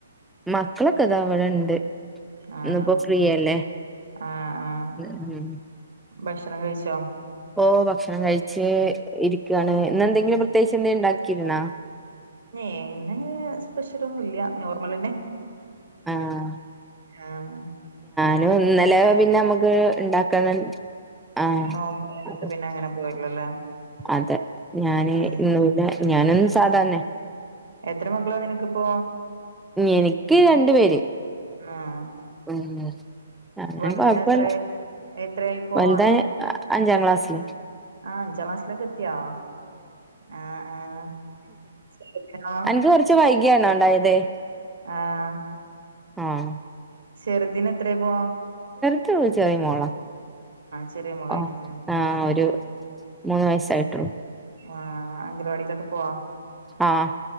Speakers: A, in the centre; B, on the right.
A: മക്കളൊക്കെതാ അവടെണ്ട്
B: ആഹ്
A: ഇന്ന് പ്പോ ഫ്രീയല്ലേ
B: ആഹ് ആഹ്
A: ഇന്ന് ഉം
B: ഭക്ഷണം കഴിച്ചോ?
A: ഓഹ് ഭക്ഷണം കഴിച്ച് ഇരിക്കാണ്
B: ഉം
A: ഇന്നെന്തെങ്കിലും പ്രത്യേകിചെന്തേ ണ്ടാക്കിര്ന്നാ?
B: ഏഹ് ഇന്ന് ഞ് സ്പെഷ്യലൊന്നുല്ല നോർമലെന്നെ
A: ആഹ്
B: ആഹ്
A: <unintelligible> ഇന്നലെ പിന്നെ അമ്മക്ക് ഇണ്ടാക്കാനൻ ആഹ്
B: നോമ്പായതോണ്ട്
A: <unintelligible>
B: പിന്നെ അങ്ങനെ പോയില്ലല്ലേ
A: അതെ ഞാന്
B: ഉം
A: ഇന്ന് പിന്നെ ഞാനെന്നും സാധാര്ണെ
B: എത്ര മക്കളാ നിനക്കിപ്പോ
A: എനിക്ക് രണ്ട് പേര്
B: ആഹ്
A: <unintelligible> അങ്ങനെ
B: വലുതിന്
A: കൊഴപ്പല്ല
B: എത്രേ എത്രയായിപ്പോ
A: വലുതായാ അഞ്ചാം ക്ലാസ്സിലാ
B: ആഹ് അഞ്ചാം ക്ലാസ്സിലൊക്കെ എത്തിയോ ആഹ് ആഹ് ചെറുതിനോ
A: അൻക്ക് കൊറച്ച് വൈകിയാണോ ഉണ്ടായത്?
B: ആഹ്
A: ആഹ്
B: ചെറ്തിന് എത്രേപ്പോ?
A: ഇത്ര വിളിച്ചായി മോള
B: ചെറിയ മോളായിട്ടില്ലേ
A: ഓ ആഹ ഒരു
B: ആഹ്
A: മൂന്ന് വയസായിട്ടുള്ളൂ
B: ആഹ് അംഗലവാടിലൊക്കെ പോവാ
A: ആഹ്